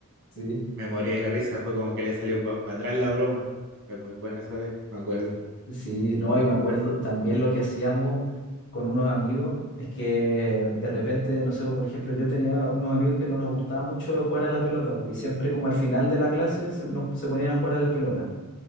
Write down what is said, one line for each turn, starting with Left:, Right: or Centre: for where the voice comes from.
Left: sí,
Right: me morí de la risa, fue como que le salió para atrás la broma. Fue muy buena esa vez, me acuerdo.
Left: sí, no, y me acuerdo también lo que hacíamos con unos amigos, es que de repente, no sé, por ejemplo, yo tenía unos amigos que no nos gustaba mucho jugar a la pelota, pues, y siempre como al final de la clase se, nos- se ponían a jugar a la pelota.